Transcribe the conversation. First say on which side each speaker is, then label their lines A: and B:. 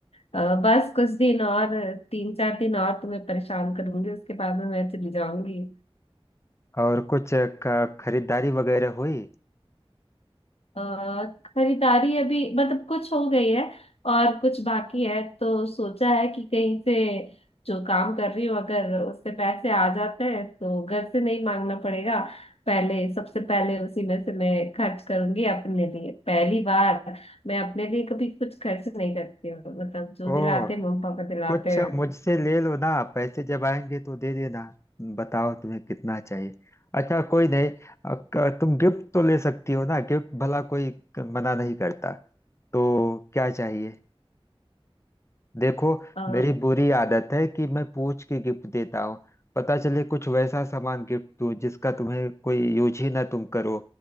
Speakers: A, on the left (about 85°); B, on the left (about 30°).
A: अ, बस कुछ दिन और तीन चार दिन और तुम्हें परेशान करूंगी उसके बाद में मैं चली जाऊंगी
B: और कुछ ख- खरीदारी वगैरह हुई
A: अ, खरीदारी अभी मतलब कुछ हो गई है और कुछ बाकी है तो सोचा है कि कहीं से जो काम कर रही हूँ अगर उससे पैसे आ जाते हैं तो घर से नहीं मांगना पड़ेगा पहले सबसे पहले उसी में से मैं खर्च करूंगी अपने लिए पहली बार मैं अपने लिए कभी कुछ खर्च नहीं करती हूँ मतलब जो
B: ओह
A: दिलाते हैं मम्मी पापा दिलाते
B: कुछ
A: हैं
B: मुझसे ले लो ना पैसे जब आएंगे तो दे देना बताओ तुम्हें कितना चाहिए अच्छा कोई नहीं अ, क- तुम गिफ्ट तो ले सकती हो ना गिफ्ट भला कोई क- मना नहीं करता तो क्या चाहिए देखो
A: अ,
B: मेरी बुरी आदत है कि मैं पूछ के गिफ्ट देता हूँ पता चले कुछ वैसा सामान गिफ्ट दूँ जिसका तुम्हें कोई यूज ही ना तुम करो